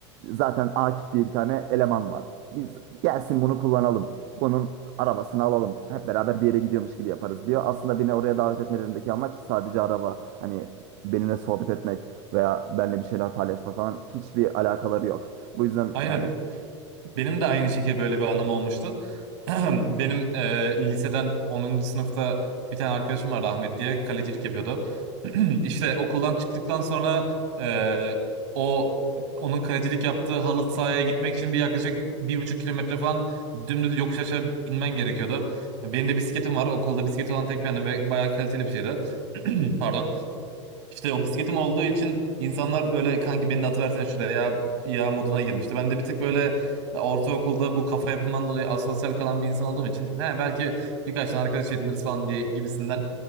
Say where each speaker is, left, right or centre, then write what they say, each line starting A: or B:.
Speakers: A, on the right (about 55°); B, on the right (about 70°).
A: zaten Akif diye bir tane eleman var. Biz Gelsin bunu kullanalım. Bunun arabasını alalım. Hep beraber bir yere gidiyormuş gibi yaparız diyor. Aslında beni oraya davet etmelerindeki amaç sadece araba. Hani benimle sohbet etmek veya benimle bir şeyler paylaşmak falan hiçbir alakaları yok. Bu yüzden
B: Aynı.
A: yani
B: Benim de aynı şekilde böyle bir anım olmuştu. <clears throat> Benim e, liseden onuncu sınıfta bir tane arkadaşım vardı Ahmet diye kalecilik yapıyordu. <clears throat> İşte okuldan çıktıktan sonra e, o onun kalecilik yaptığı halı sahaya gitmek için bir yaklaşık bir buçuk kilometre falan dümdüz yokuş aşağı inmen gerekiyordu. Benim de bisikletim var. Okulda bisikleti olan tek benim ve bayağı kaliteli bir şeydi. <clears throat> Pardon. İşte o bisikletim olduğu için insanlar böyle kanki beni de atıversene şuraya ya, ya moduna girmişti. Ben de bir tık böyle ortaokulda bu kafa yapımdan dolayı asosyal kalan bir insan olduğum için he, belki birkaç tane arkadaş ediniriz falan diye gibisinden